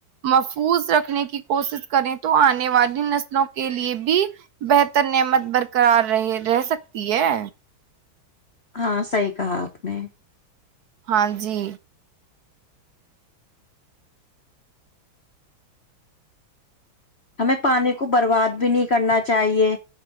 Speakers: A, on the right (about 70°); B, on the left (about 45°).
A: محفوظ رکھنے کی کوشش کریں تو آنے والی نسلوں کے لیے بھی بہتر نعمت برقرار رہ رہ سکتی ہے
B: ہاں صحیح کہا آپ نے
A: ہاں جی
B: ہمیں پانی کو برباد بھی نہیں کرنا چاہیے